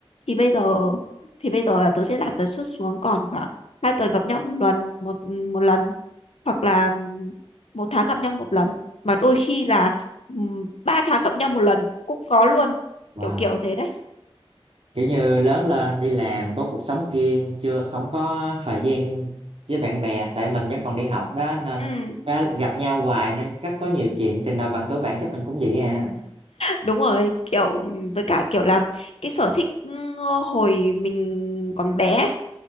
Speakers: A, on the left; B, on the right.
A: thì bây giờ thì bây giờ là tớ sẽ giảm tần suất xuống còn khoảng hai tuần gặp nhau một lần một một lần hoặc là ừm, một tháng gặp nhau một lần mà đôi khi là ừm, ba tháng gặp nhau một lần cũng có luôn
B: wow
A: kiểu kiểu thế đấy
B: kiểu như lớn lên đi làm có cuộc sống riêng chưa không có thời gian với bạn bè tại mình vẫn còn đi học đó nên
A: ừ
B: đã gặp nhau hoài nên chắc có nhiều chuyện tình nào bằng tuổi bạn chắc mình cũng vậy à
A: Đúng rồi, kiểu với cả kiểu là cái sở thích ừ, hồi mình còn bé ấy,